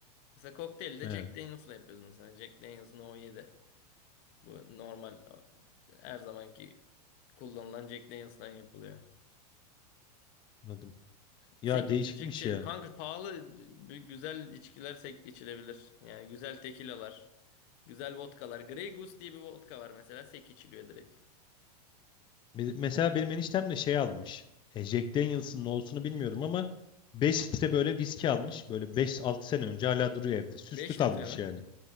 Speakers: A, on the left; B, on the left.
A: Mesela kokteylde
B: He,
A: Jack Daniels'la yapıyoruz mesela. Jack Daniels No 7. Bu normal her zamanki Kullanılan Jack Daniels'tan yapılıyor.
B: anladım. Ya
A: Sek
B: değişikmiş
A: içilecek şey.
B: ya.
A: Kanka pahalı e, güzel içkiler sek içilebilir. Yani güzel tekilalar. Güzel vodkalar. Grey Goose diye bir vodka var mesela. Sek içiliyor direkt.
B: Me- Mesela benim eniştem de şey almış. E, Jack Daniels'ın ne olsunu bilmiyorum ama 5 litre böyle viski almış. Böyle beş altı sene önce hala duruyor evde. Süslü
A: Beş
B: kalmış
A: litre mi?
B: yani.